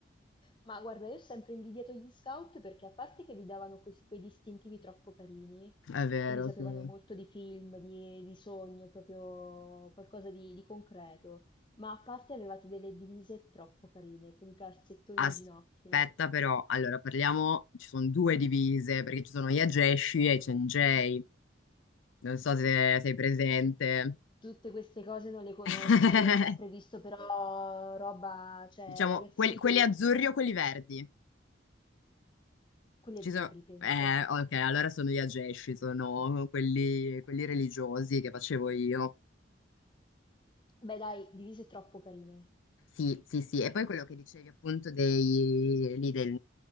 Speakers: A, on the left; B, on the left.
A: Ma guarda, io ho sempre invidiato gli scout perché a parte che vi davano questi- quei distintivi troppo carini,
B: È vero,
A: che mi sapevano
B: sì.
A: molto di film, di, di sogno, proprio qualcosa di, di concreto, ma a parte avevate delle divise troppo carine, con i calzettoni
B: Aspetta
A: al ginocchio.
B: però, allora parliamo, ci sono due divise perché ci sono gli Ageshi e i Cengei, non so se sei presente,
A: Tutte queste cose non le conosco,
B: <laughs>
A: io ho sempre visto però roba, cioè
B: diciamo
A: ragazzini
B: quelli, quelli
A: con
B: azzurri o quelli verdi.
A: quelli
B: Ci
A: azzurri,
B: sono...
A: penso.
B: Eh, ok, allora sono gli ageshi, sono quelli, quelli religiosi che facevo io.
A: Beh, dai, divise troppo carine.
B: Sì, sì, sì. E poi quello che dicevi appunto dei... lì del...